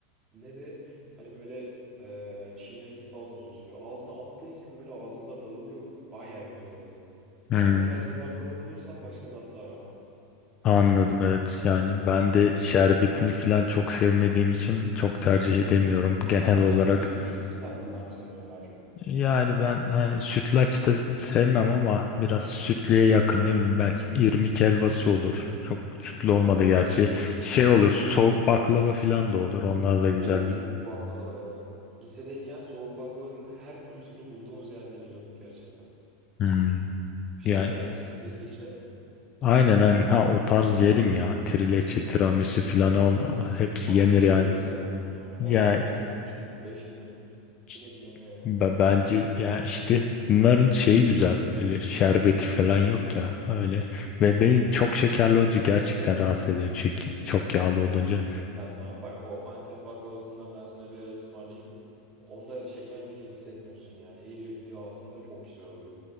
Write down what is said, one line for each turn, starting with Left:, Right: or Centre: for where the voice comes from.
Right: ne de hani böyle e, çiğnemesi falan uzun sürüyor. Ağzına attığın gibi böyle ağzında dağılıyor baya güzel oluyor.
Left: Hmm,
Right: Yani o tarz bir baklava bulursam başka tatlı aramam.
Left: anladım evet yani ben de şerbetini falan çok sevmediğim için çok tercih edemiyorum genel
Right: Sen
Left: olarak.
Right: sütlü sütlü tatlılar mı seviyorsun daha çok?
Left: Yani ben hani sütlaç da sevmem ama biraz sütlüye yakın ne bileyim belki irmik helvası olur. Çok sütlü
Right: Ha
Left: olmadı gerçi.
Right: şey
Left: Şey olur
Right: e,
Left: soğuk baklava falan da olur onlar da güzel
Right: o
Left: gidiyor.
Right: soğuk baklava da evet. Lisedeyken soğuk baklavanın her türlüsünü bulduğumuz yerde yiyorduk gerçekten.
Left: Hmm.
Right: Şey
Left: Yani
Right: sever misin? Trileçe.
Left: Aynen aynen. Ha o tarz yerim ya. Trileçe, tiramisu
Right: Aynen
Left: filan
Right: onlar
Left: on hepsi
Right: akıyor
Left: yenir yani.
Right: gidiyor zaten ya. Valla
Left: Yani
Right: bir dilim, üç dilim, beş dilim
Left: c-
Right: direkt yeniyor yani.
Left: b- bence ya işte bunların şeyi güzel. Öyle şerbeti falan yok ya öyle. Ve beni çok şekerli olunca gerçekten rahatsız ediyor. Çok, çok yağlı olunca
Right: Ya tamam bak o Antep baklavasından ben sana bir ara ısmarlayayım. Onda şeker meker hissetmiyorsun yani. Eriyor gidiyor ağzında çok güzel oluyor.